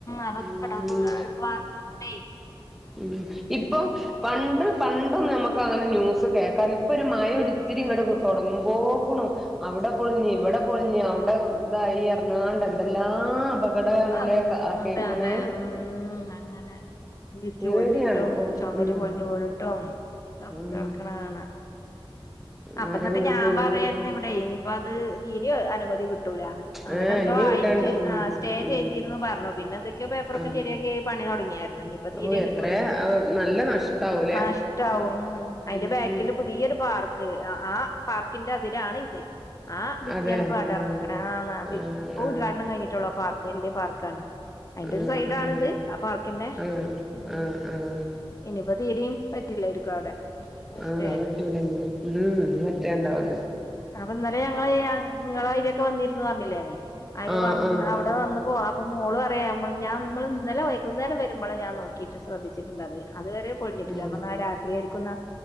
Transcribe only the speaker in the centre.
ഉം
ഉം ഇപ്പൊ പണ്ട് പണ്ടൊ നമുക്ക് അങ്ങനെ ന്യൂസ് കേൾക്കാന്ന് ഇപ്പൊ ഒരു മഴ ഒരിത്തിരിങ്ങട് തൊടങ്ങുമ്പോക്കണു അവ് വിടെ പൊളിഞ്ഞ് ഇവിടെ പൊളിഞ്ഞ് അവിടെ ഇതായി എറണാണ്ട് എന്തെല്ലാം അപകടമാണല്ലേ
കേക്ക്ണേ
പേടിയാണ്
ഇപ്പൊ
ഉം
ഉം
മരം
വീണ്
അങ്ങനെ
ഏഹ്
ഇഞ്ഞി വിട്ടണ്ട
ഉം
ഉം
ആഹ്
ഓഹ് എത്രേ
നല്ല നഷ്ടാവൂലേ
ഉം
അതെ
ആഹ്
ആഹ്
ആഹ്
ആഹ്
ആഹ്
ആഹ്
ആഹ് ആഹ്
ആ
പറ്റൂലന്ന് ഉം ഇനി മറ്റേ ഉണ്ടാവൂല
ആഹ്
ആഹ്
ആഹ്